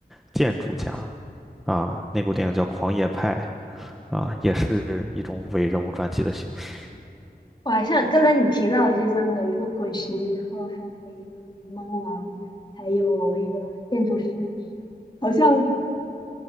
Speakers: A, in the centre; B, on the left (about 25°).
A: 建筑家啊，那部电影叫《狂野派》啊，也是一种伪人物传记的形式。
B: 哇，像刚才你提到的这三个，一个滚石，然后还有一个猫王，还有一个建筑师，好像